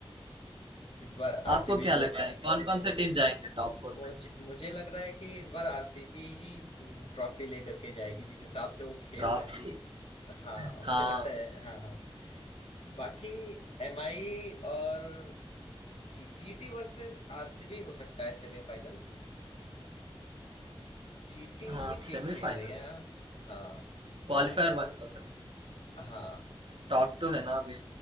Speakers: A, on the left; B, on the right.
A: इस बार आरसीबी
B: आपको क्या लगता
A: को
B: है कौन कौन से टीम जाएंगे टॉप फोर
A: मुझे
B: में
A: मुझे लग रहा है कि इस बार आरसीबी ही हम्म, ट्रॉफी लेकर के जाएगी जिस हिसाब से वो खेल
B: ट्रॉफी
A: रहे हैं हाँ
B: हाँ
A: मुझे लगता है हाँ हाँ बाकी एम आई और जी जीटी वर्सेस आरसीबी हो सकता है सेमीफाइनल जीटी
B: हाँ
A: भी ठीक
B: सेमीफाइनल
A: खेल रही है हाँ सेमीफाइनल
B: क्वालिफायर वन हो सकता है
A: हाँ
B: टॉप टू है ना अभी